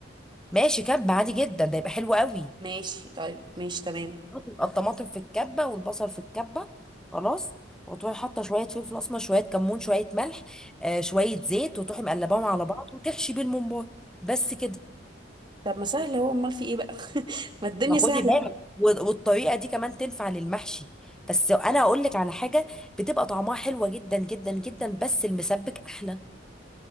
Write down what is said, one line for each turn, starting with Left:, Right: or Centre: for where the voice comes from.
Centre: ماشي كب عادي جدا ده يبقى حلو قوي
Right: ماشي طيب ماشي تمام
Centre: بيبقى الطماطم في الكبه والبصل في الكبه خلاص وتروحي حاطه شويه فلفل اسمر شويه كمون شويه ملح آه شويه زيت وتروحي مقلباهم على بعض وتحشي بيه الممبار بس كده
Right: طب ما سهل اهو امال في ايه بقى <laughs> ما الدنيا
Centre: ما
Right: سهله
Centre: خدي بالك و- والطريقه دي كمان تنفع للمحشي بس انا اقول لك على حاجه بتبقى طعمها حلوه جدا جدا جدا بس المسبك احلى